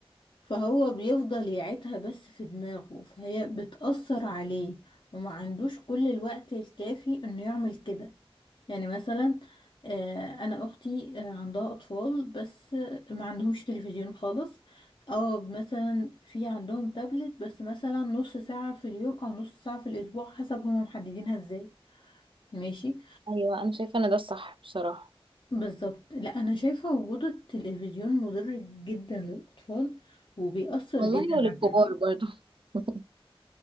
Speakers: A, on the left (about 50°); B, on the right (about 60°).
A: فهو بيفضل يعيدها بس في دماغه فهي بتأثر عليه وما عندوش كل الوقت الكافي انه يعمل كده يعني مثلا آه، انا اختي آه، عندها اطفال بس آه، ما عندهمش تلفزيون خالص او مثلا في عندهم تابلت بس مثلا نص ساعة في اليوم او نص ساعة في الاسبوع حسب هما محددينها ازاي ماشي
B: ايوه انا شايفة ان ده الصح بصراحة
A: بالظبط لا انا شايفة وجود التلفزيون مضر جدا للاطفال وبيأثر
B: والله
A: جدا
B: وللكبار
A: على التربية
B: برضو <laughs>